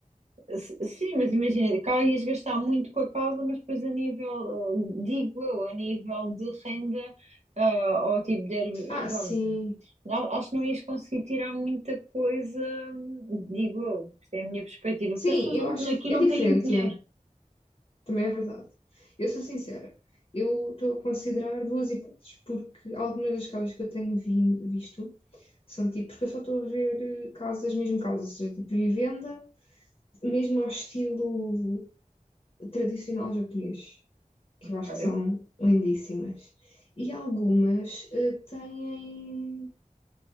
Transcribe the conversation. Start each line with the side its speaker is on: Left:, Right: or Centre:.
Right: S- Sim, mas imagina, cá ias gastar muito com a casa, mas depois a nível, eh, digo eu, a nível de renda, ah, ou tipo de Airbnb,
Left: Ah,
Right: vá,
Left: sim.
Right: não- Acho que não ias conseguir tirar muita coisa, digo eu, isto é a minha perspectiva,
Left: Sim,
Right: porque as pessoas
Left: eu acho
Right: não- aqui
Left: que
Right: não
Left: é diferente,
Right: têm dinheiro,
Left: é. Também é verdade. Eu sou sincera, eu estou a considerar duas hipóteses, porque algumas das casas que eu tenho vi- visto são tipo, porque eu só estou a ver eh, casas, mesmo casas, ou seja, tipo vivenda, mesmo ao estilo tradicional japonês, que
Right: ok?
Left: eu acho que são lindíssimas. E algumas eh, têm,